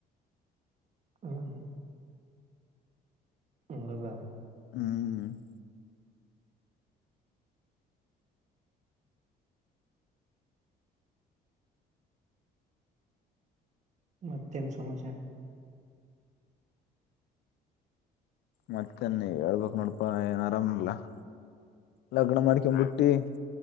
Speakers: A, on the right; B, on the left.
A: ಹು <unintelligible> ಹಂಗಲ್ಲ, <unintelligible>
B: ಹೂ <unintelligible>
A: ಮತ್ತೇನ ಸಮಾಚಾರ? <unintelligible>
B: ಮತ್ತ ನೀ ಹೇಳ್ಬಕ್ ನೋಡ್ಪಾ ಏನ್ ಆರಾಮ ಅಲ್ಲ, <unintelligible> ಲಗ್ನ ಮಾಡ್ಕಂಬಿಟ್ಟಿ. <unintelligible>